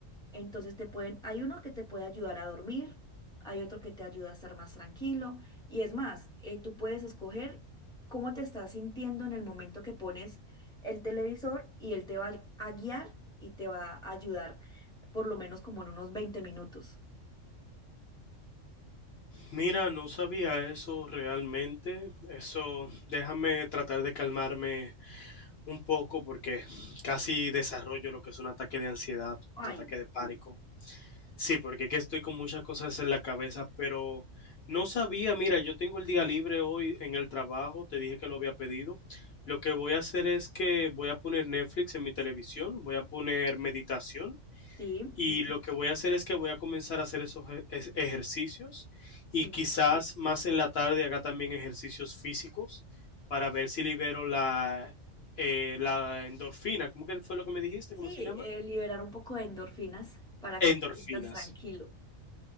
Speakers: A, in the centre; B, on the left.
A: Entonces te pueden, hay uno que te puede ayudar a dormir, hay otro que te ayuda a estar más tranquilo y es más, eh, tú puedes escoger cómo te estás sintiendo en el momento que pones el televisor y él te va a guiar y te va a ayudar por lo menos como en unos veinte minutos.
B: Mira, no sabía eso realmente. Eso, déjame tratar de calmarme un poco porque casi desarrollo lo que es un ataque de ansiedad,
A: Ay,
B: un ataque de pánico. Sí, porque que estoy con muchas cosas en la cabeza, pero no sabía, mira, yo tengo el día libre hoy en el trabajo, te dije que lo había pedido. Lo que voy a hacer es que voy a poner Netflix en mi televisión, voy a poner meditación
A: sí,
B: y lo que voy a hacer es que voy a comenzar a hacer esos ej- es- ejercicios
A: sí,
B: y quizás más en la tarde haga también ejercicios físicos para ver si libero la, eh, la endorfina. ¿Cómo que fue lo que me dijiste?
A: sí,
B: ¿Cómo se llama?
A: eh, liberar un poco de endorfinas para que
B: Endorfinas.
A: te sientas tranquilo.